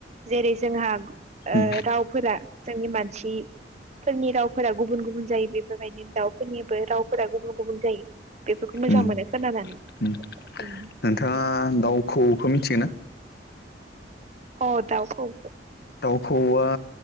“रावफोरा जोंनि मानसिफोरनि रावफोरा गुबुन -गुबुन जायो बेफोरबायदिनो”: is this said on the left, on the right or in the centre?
Right